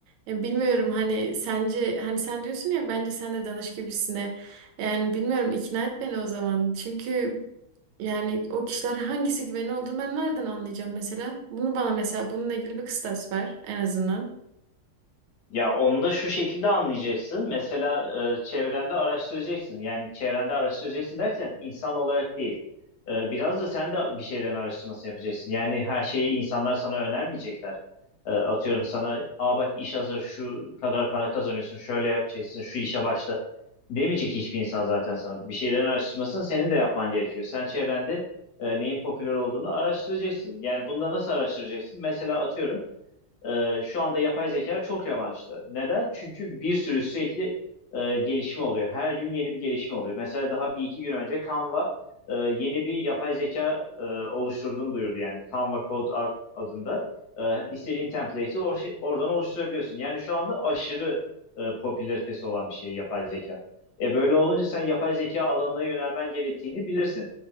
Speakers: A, on the right; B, on the left.
A: e, bilmiyorum hani sence hani sen diyorsun ya bence sen de danış gibisine. Yani bilmiyorum ikna et beni o zaman. Çünkü yani o kişiler hangisi güvenilir olduğunu ben nereden anlayacağım mesela? Bunu bana mesela bununla ilgili bir kıstas ver en azından.
B: Ya onu da şu şekilde anlayacaksın. Mesela e, çevrende araştıracaksın. Yani çevrende araştıracaksın derken insan olarak değil. E, biraz da sen de bir şeylerin araştırmasını yapacaksın. Yani her şeyi insanlar sana önermeyecekler. E, atıyorum sana, aa bak iş hazır, şu kadar para kazanıyorsun, şöyle yapacaksın, şu işe başla demeyecek hiçbir insan zaten sana. Bir şeylerin araştırmasını senin de yapman gerekiyor. Sen çevrende e, neyin popüler olduğunu araştıracaksın. Yani bunda nasıl araştıracaksın? Mesela atıyorum e, şu anda yapay zeka çok revaçta. Neden? Çünkü bir sürü sürekli e, gelişme oluyor. Her gün yeni bir gelişme oluyor. Mesela daha bir iki gün önce Canva e, yeni bir yapay zeka e, oluşturduğunu duyurdu yani. Canva Code ad- adında. E, istediğin template'i or şey- oradan oluşturabiliyorsun. Yani şu anda aşırı e, popülaritesi olan bir şey yapay zeka. E böyle olunca sen yapay zeka alanına yönelmen gerektiğini bilirsin.